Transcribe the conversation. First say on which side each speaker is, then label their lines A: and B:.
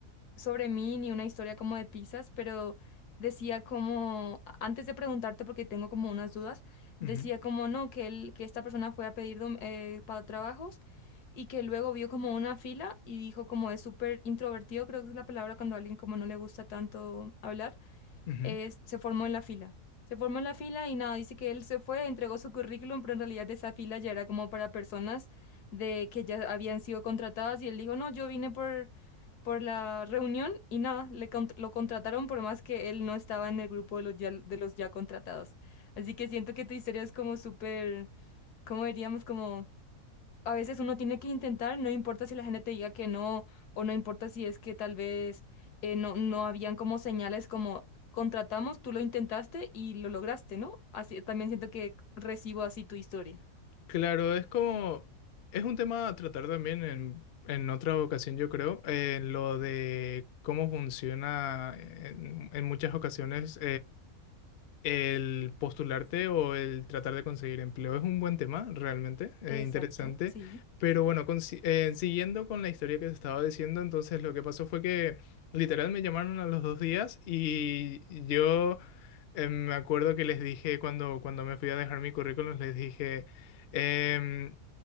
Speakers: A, on the left; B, on the left.
A: sobre mí ni una historia como de pizzas, pero decía como, antes de preguntarte porque tengo como unas dudas,
B: <laughs>
A: decía
B: Ujú,
A: como no, que él, que esta persona fue a pedir dom- eh, para trabajos y que luego vio como una fila y dijo como es súper introvertido, creo que es la palabra cuando a alguien como no le gusta tanto hablar,
B: ujú.
A: es, se formó en la fila. Se formó en la fila y nada, dice que él se fue, entregó su currículum, pero en realidad esa fila ya era como para personas de que ya habían sido contratadas y él dijo, no, yo vine por por la reunión y nada, le con- lo contrataron por más que él no estaba en el grupo de los ya, de los ya contratados. Así que siento que tu historia es como súper, cómo diríamos, como a veces uno tiene que intentar, no importa si la gente te diga que no, o no importa si es que tal vez eh, no, no habían como señales como contratamos, tú lo intentaste y lo lograste, ¿no? Así también siento que recibo así tu historia.
B: Claro, es como, es un tema a tratar también en, en otra ocasión, yo creo, en lo de cómo funciona en, en muchas ocasiones el postularte o el tratar de conseguir empleo es un buen tema, realmente, es
A: Exacto,
B: interesante.
A: sí.
B: Pero bueno, consi- eh, siguiendo con la historia que te estaba diciendo, entonces lo que pasó fue que literal me llamaron a los dos días y yo eh, me acuerdo que les dije cuando, cuando me fui a dejar mi currículum, les dije, em,